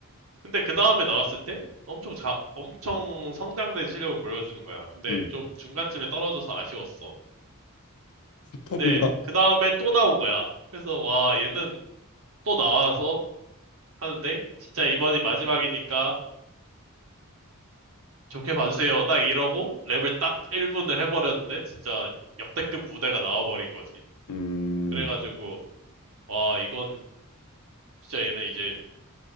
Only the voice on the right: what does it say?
근데 그 다음에 나왔을 때 엄청 자, 엄청 성장된 실력을 보여주는 거야. 근데
좀 중간쯤에 떨어져서 아쉬웠어.
근데 그 다음에 또 나온 거야. 그래서 와, 얘는 또 나와서 하는데 진짜 이번이 마지막이니까 좋게 봐주세요. 딱 이러고 랩을 딱 1분을 해버렸는데 진짜 역대급 무대가 나와버린 거지.
그래가지고 와, 이건 진짜 얘는 이제